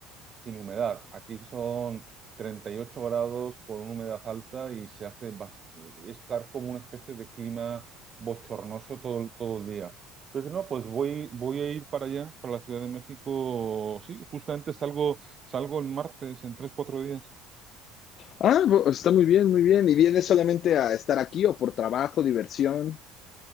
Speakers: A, on the right; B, on the left.
A: sin humedad. Aquí son 38 grados con una humedad alta y se hace bas- estar como una especie de clima bochornoso todo, el- todo el día. Entonces, no, pues voy, voy a ir para allá, para la Ciudad de México. Sí, justamente salgo, salgo el martes en tres cuatro días.
B: Ah, bu- está muy bien, muy bien. ¿Y vienes solamente a estar aquí o por trabajo, diversión,